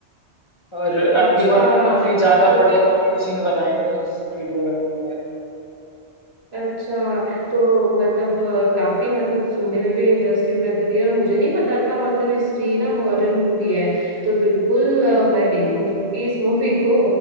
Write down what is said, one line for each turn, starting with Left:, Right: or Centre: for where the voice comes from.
Left: और अब
Right: अच्छा
Left: की बार तो काफी ज्यादा
Right: तो
Left: बढ़िया कॉमेडी सीन बनाए थे उस थ्री टू में उन्होंने
Right: अच्छा तो मतलब अ, काफी मतलब सुनने में भी इंटरेस्टिंग लग रही है और मुझे नहीं पता था मतलब हिस्ट्री ना हॉरर मूवी है तो बिल्कुल अ, मैं देखूंगी इस मूवी को